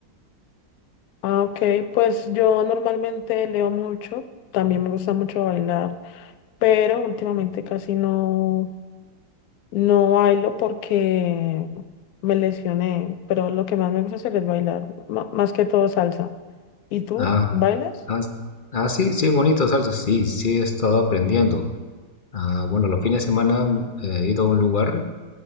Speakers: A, on the left; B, on the left.
A: Ah, ok, pues yo normalmente leo mucho, también me gusta mucho bailar, pero últimamente casi no, no bailo porque me lesioné, pero lo que más me gusta hacer es bailar, ma- más que todo salsa. ¿Y tú
B: Ah,
A: bailas?
B: ah, ah, sí, sí, bonito, salsa. Sí, sí, he estado aprendiendo. Ah, bueno, los fines de semana eh, he ido a un lugar